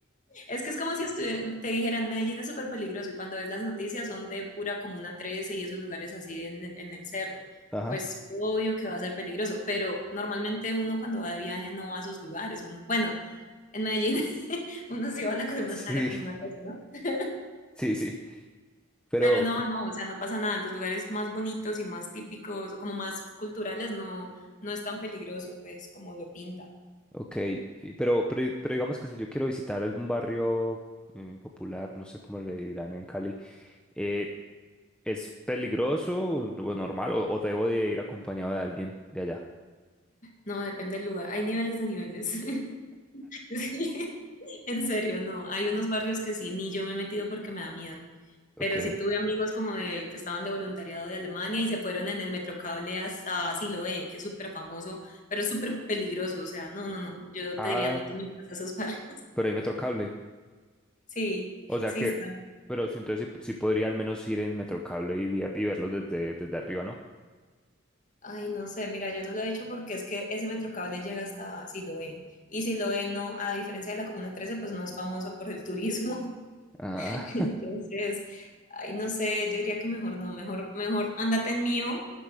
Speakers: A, on the left; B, in the centre.
A: Es que es como si estuviera, te dijeran, Medellín es súper peligroso y cuando ves las noticias son de pura Comuna 13 y esos lugares así en, en el cerro.
B: Ajá.
A: Pues obvio que va a ser peligroso, pero normalmente uno cuando va de viaje no va a esos lugares. Un- bueno, en Medellín <laughs> uno sí va a la, comuna-
B: Sí,
A: a la Comuna 13,
B: <laughs> sí, sí. Pero,
A: Pero no, no, o sea, no pasa nada. En los lugares más bonitos y más típicos, como más culturales, no, no es tan peligroso, pues, como lo pintan.
B: ok. y- Pero, pero, pero digamos que si yo quiero visitar algún barrio eh, popular, no sé cómo le dirán en Cali, eh, ¿es peligroso o o normal o, o debo de ir acompañado de alguien de allá?
A: No, depende del lugar. Hay niveles de niveles. <laughs> Sí. En serio, no. Hay unos barrios que sí, ni yo me he metido porque me da miedo.
B: Ok.
A: Pero
B: <laughs>
A: sí tuve amigos como de que estaban de voluntariado de Alemania y se fueron en el Metrocable hasta Siloé, que es súper famoso, pero es súper peligroso. O sea, no, no, no. Yo
B: Ah,
A: te diría, no te metas a esos barrios. <laughs>
B: pero hay metro cable.
A: Sí,
B: O sea
A: sí,
B: que,
A: está.
B: pero sí, entonces sí, sí podría al menos ir en Metrocable y, via- y verlos desde, desde arriba, ¿no?
A: Ay, no sé, mira, yo no lo he hecho porque es que ese metrocable llega hasta Siloé. Y Siloé no, a diferencia de la Comuna 13, pues no es famoso por el turismo.
B: Ah,
A: <laughs> Entonces,
B: <laughs>
A: ay, no sé, yo diría que mejor no, mejor, mejor ándate en mío,